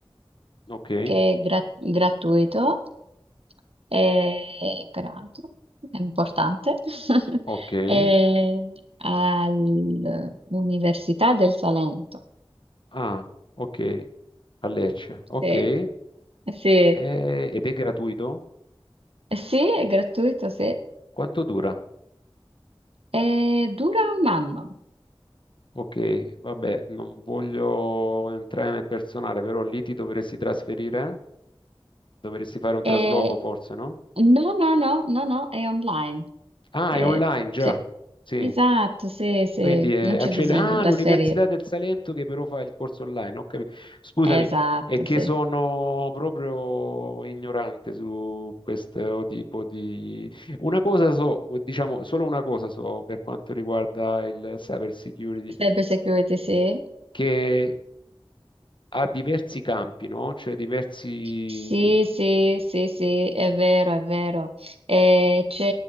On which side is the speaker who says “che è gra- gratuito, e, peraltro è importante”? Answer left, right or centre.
Right